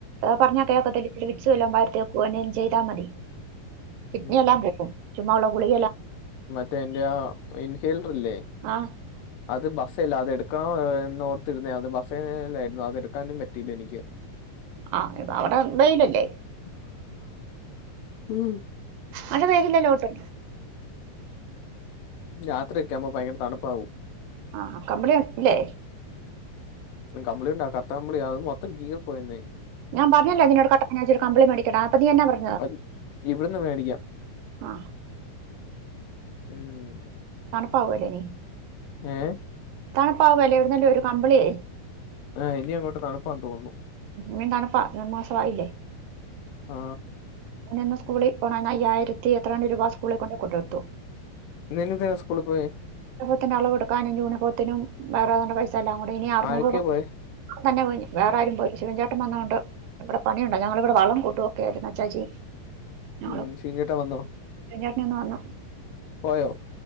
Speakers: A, on the right (about 80°); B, on the left (about 80°).
A: പറഞ്ഞാ കേൾക്കല്ല ഇച്ചരി വിിച്ചുവല്ലാം ഭാര്രത്തേക്കുന്നെും ചെയ്താൽ മതി കിഡ്നിെല്ലാം
B: ഉം
A: പോകും ചുമ് ഉള്ള ഗളികല്ലാം
B: ൻല്ലേ
A: ആ
B: അത് ബസല്ല അ എ എടുക്കണ എന്ന് ഓർത്തിരുന്നേ അത് ബസ്സല്ലായിരുന്നു അത എടുക്കാനും പറ്റിയില്ല എനിക്ക്
A: ആ ഇപ്പ അവിടെ വെയിലല്ലേ
B: ഉ <unintelligible> ഉം
A: അനെ വേകില്ലല്ലോോട്ടെ
B: യാത്രയൊക്കെ ആുമ്പോ ഭയങ്കര തണുപ്പാവും
A: ആ കമ്പളി ഇല്ലേ
B: കമ്പിളിണ്ടാ കറത്ത കമ്പളി അ മൊത്തം കീറി പോയിന്നേ
A: ഞാൻഞ്ഞില്ല ഇതിനോട് കട്ടൻ ഒരു കമ്പിളി മേടി പതിന്നാ പറഞ്ഞത്
B: അത് ഇവിടുന്ന് മേടിക്കാം
A: ആ
B: ഉം
A: പാവലിന
B: ആഏ
A: തണ പാവല്ലേ ഇവിടുന്നല്ല ഒരു കമ്പളിയേ
B: ആഹ് ഇിയ മുട്ട് തണപ്പാ അ തോന്നുന്നു
A: പി തണപ്പാ രണ്ട് മാസ ആയില്ലേ
B: ആ
A: പി സ്കൂളിൽ പോ അയ്യായിരത്തി എത്രണ്ട് രൂപ സ്കൂളിൽ കൊണ്ടണ്ട് കൊണ്ടുവടുത്തു
B: നിനതിനേന സ്കൂൾ പോയി
A: പ്പത്തിന്റെ അളവ് കൊടുക്കാനൻൂണിപ്പത്തിനും വേറെ താ പൈസല്ല അൂടെ ഇനി അറുന്നൂറ്
B: ആരൊക്കെയാ
A: കൊക്കും
B: പോയേ
A: തന്നെ പോ വേ ആാരും പോയി ശിവൻചാട്ട വന്ന കൊണ്ട് ഇവിടെ പണിയണ്ട ഞങ്ങള ഇവിടെള കൂട്ടൊക്ക ആയിരുന്നു നച്ചാച്ചി
B: ഉം
A: ള
B: ഷിജുവേട്ടൻ വന്നോ
A: എ ചാട്ടിന ഒന്ന് വന്ന
B: പോയോ